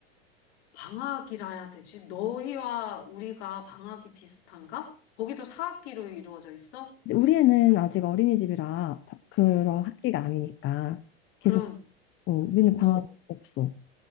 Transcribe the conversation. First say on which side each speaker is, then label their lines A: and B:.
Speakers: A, on the left; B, on the left.
A: 방학이라야 되지. 너희와 우리가 방학이 비슷한가? 거기도 사학기로 이루어져 있어?
B: 근데 우리 애는 아직 어린이집이라 그런
A: 아,
B: 학기가 아니니까 계속
A: 그럼
B: 어, 우리는 방학
A: 너,
B: 없어.